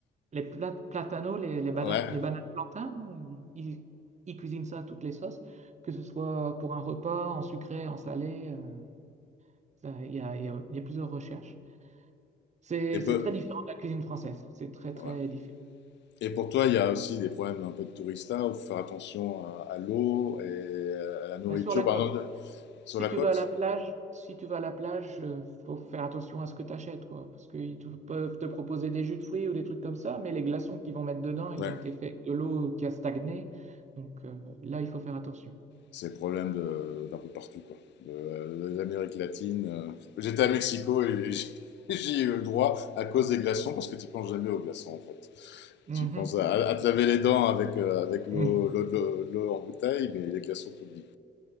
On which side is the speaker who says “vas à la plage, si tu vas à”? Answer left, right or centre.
Right